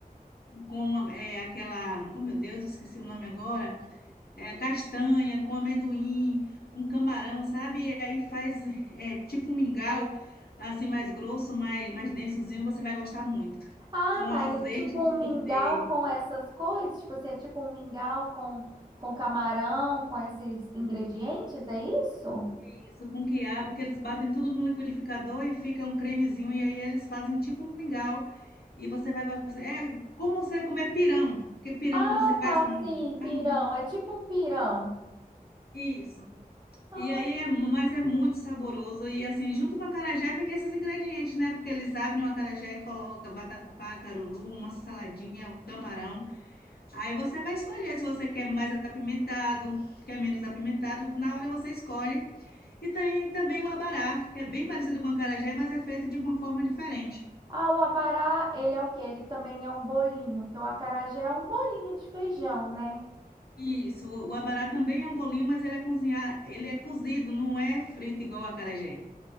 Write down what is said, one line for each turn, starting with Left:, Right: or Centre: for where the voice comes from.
Left: com é, aquela, oh meu Deus, esqueci o nome agora, é, castanha, com amendoim, com camarão, sabe? E aí faz é, tipo um mingau, assim, mais grosso, mais, mais densozinho, você vai gostar muito.
Right: Ah,
Left: Com
Right: tá.
Left: azeite
Right: Ele é tipo
Left: de
Right: um mingau
Left: dendê.
Right: com essas coisas? Tipo, você é tipo um mingau com, com camarão, com esses ingredientes? É isso?
Left: Isso, com quiabo, que eles batem tudo no liquidificador e fica um cremezinho, e aí eles fazem tipo um mingau. E você vai gostar. É como você comer pirão, porque pirão
Right: Ah,
Left: quando você faz
Right: tá.
Left: com
Right: Sim,
Left: com carne.
Right: pirão. É tipo um pirão.
Left: Isso.
Right: Ah,
Left: E aí é, mas é muito saboroso. E assim, junto com a acarajé vem esses ingredientes, né? Porque eles abrem o acarajé e colocam vatapá, caruru, uma saladinha, o camarão. Aí você vai escolher se você quer mais apimentado, quer menos apimentado, na hora você escolhe. E tem também o abará, que é bem parecido com o acarajé, mas é feito de uma forma diferente.
Right: ah, o abará, ele é o quê? Ele também é um bolinho, porque o acarajé é um bolinho de feijão, né?
Left: Isso, o abará também é um bolinho, mas ele é cozinhar, ele é cozido, não é frito igual o acarajé.